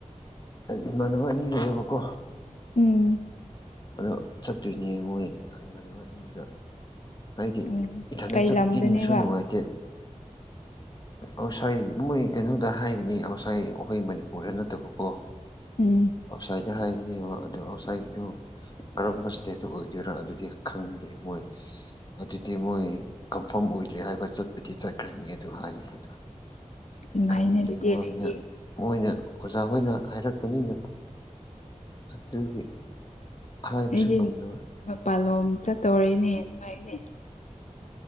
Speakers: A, on the left; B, on the left.
A: ꯍꯥꯏꯗꯤ ꯏꯃꯥꯟꯅꯕ ꯑꯅꯤ ꯂꯩꯌꯦꯕꯀꯣ
B: ꯎꯝ
A: ꯑꯗꯣ ꯆꯠꯇꯣꯏꯅꯦ ꯃꯣꯏ ꯏꯃꯥꯟꯅꯕ ꯑꯅꯤꯒ ꯍꯥꯏꯗꯤ
B: ꯎꯝ
A: ꯏꯊꯟꯗ
B: ꯀꯩ
A: ꯆꯠꯄꯗꯤ
B: ꯂꯝꯗꯅꯦꯕ
A: ꯅꯨꯡꯁꯨ ꯅꯨꯡꯉꯥꯏꯇꯦ ꯑꯥꯎꯠꯁꯥꯏ ꯃꯣꯏ ꯀꯩꯅꯣꯗ ꯍꯥꯏꯕꯅꯤ ꯑꯥꯎꯠꯁꯥꯏ ꯑꯩꯈꯣꯏ ꯃꯅꯤꯄꯨꯔꯗ ꯅꯠꯇꯕꯀꯣ
B: ꯎꯝ
A: ꯑꯥꯎꯠꯁꯥꯏꯗꯇ ꯍꯥꯏꯕꯅꯦꯕ ꯑꯗꯨ ꯑꯥꯎꯠꯁꯥꯏꯠꯀꯤꯗꯨ ꯀꯔꯝꯕ ꯏꯁꯇꯦꯠꯇ ꯑꯣꯏꯗꯣꯏꯔ ꯑꯗꯨꯗꯤ ꯈꯪꯗ꯭ꯔꯤ ꯃꯣꯏ ꯑꯗꯨꯗꯤ ꯃꯣꯏ ꯀꯟꯐꯥꯔꯝ ꯑꯣꯏꯗ꯭ꯔꯦ ꯍꯥꯏꯕ ꯆꯠꯄꯗꯤ ꯆꯠꯈ꯭ꯔꯅꯤ ꯑꯗꯨ ꯍꯥꯏ ꯑꯗꯨ
B: ꯅꯨꯡꯉꯥꯏꯅꯦ
A: ꯈꯪꯗꯦ
B: ꯑꯗꯨꯗꯤ
A: ꯃꯣꯏꯅ
B: ꯅꯣꯏꯗꯤ
A: ꯃꯣꯏꯅ ꯑꯣꯖꯥ ꯍꯣꯏꯅ ꯍꯥꯏꯔꯛꯄꯅꯤꯅ ꯑꯗꯨꯒꯤ ꯍꯥꯏꯕꯁꯨ
B: ꯅꯣꯏꯗꯤ
A: ꯉꯝꯗꯕ
B: ꯃꯄꯥꯟꯂꯣꯝ ꯆꯠꯇꯧꯔꯦꯅꯦ ꯅꯨꯉꯥꯏꯅꯦ